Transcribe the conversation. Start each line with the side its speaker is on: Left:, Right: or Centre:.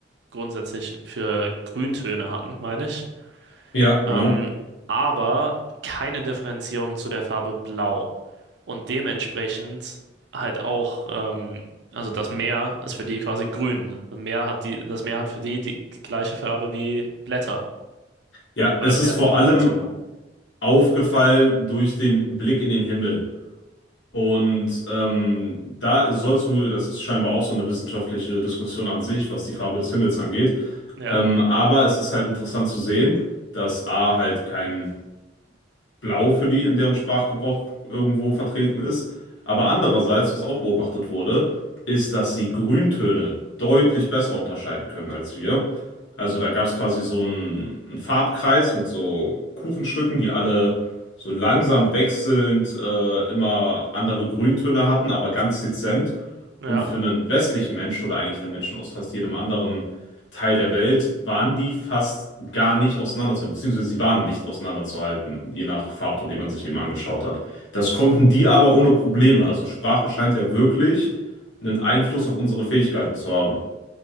Right: grundsätzlich für Grüntöne hatten, meine ich.
Left: ja, genau.
Right: Ähm, aber keine Differenzierung zu der Farbe Blau. Und dementsprechend halt auch, ähm, also das Meer ist für die quasi grün. Das Meer hat die, das Meer hat für die die gleiche Farbe wie Blätter,
Left: Ja,
Right: nur
Left: es
Right: dass
Left: ist
Right: sie halt
Left: vor
Right: mehr Variationen
Left: allem
Right: haben.
Left: aufgefallen durch den Blick in den Himmel. Und ähm, da sollst du, das ist scheinbar auch so eine wissenschaftliche Diskussion an sich, was die Farbe des Himmels angeht.
Right: Ja,
Left: Ähm, aber es ist halt interessant zu sehen, dass A halt kein Blau für die in deren Sprachgebrauch irgendwo vertreten ist. Aber andererseits, was auch beobachtet wurde, ist, dass sie Grüntöne deutlich besser unterscheiden können als wir. Also da gab es quasi so einen, einen Farbkreis mit so Kuchenstücken, die alle so langsam wechselnd äh, immer andere Grüntöne hatten, aber ganz dezent.
Right: ja,
Left: Und für einen westlichen Menschen oder eigentlich einen Menschen aus fast jedem anderen Teil der Welt waren die fast gar nicht auseinanderzuhalten, beziehungsweise sie waren nicht auseinanderzuhalten, je nach Farbton, den man sich eben angeschaut hat. Das konnten die aber ohne Probleme. Also Sprache scheint ja wirklich einen Einfluss auf unsere Fähigkeiten zu haben.